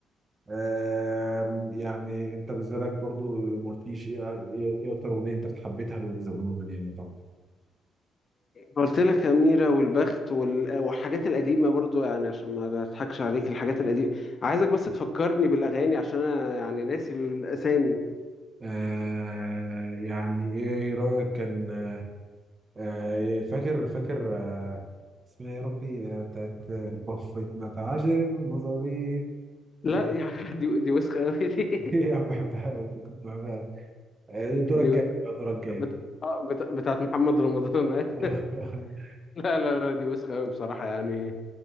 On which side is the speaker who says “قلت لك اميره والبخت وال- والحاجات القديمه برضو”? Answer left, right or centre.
Left